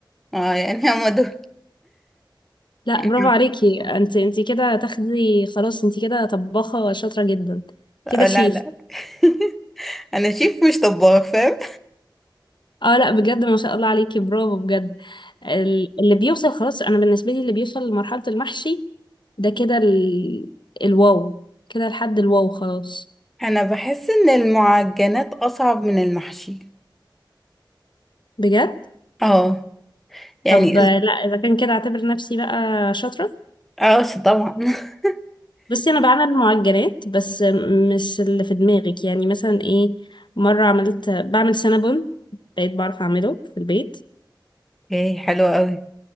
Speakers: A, in the centre; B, on the left (about 65°).
A: اه <laughs> يعني هما دول
B: لا
A: <laughs>
B: برافو عليكي انت انت كده تاخدي خلاص انت كده طباخه شاطره جدا
A: آه
B: كده شيف
A: لا لا <laughs> انا شيف مش طباخ فاهم
B: اه لا بجد ما شاء الله عليكي برافو بجد ال- اللي بيوصل خلاص انا بالنسبه لي اللي بيوصل لمرحله المحشي ده كده ال... الواو كده لحد الواو خلاص
A: انا بحس ان المعجنات اصعب من المحشي
B: بجد
A: اه يعني
B: طب آه، لا اذا كان كده اعتبر نفسي بقى شاطره
A: اه طبعا <laughs>
B: بس انا بعمل معجنات بس مش اللي في دماغك يعني مثلا ايه مره عملت بعمل سنابون بقيت بعرف اعمله في البيت
A: اوكي حلوة قوي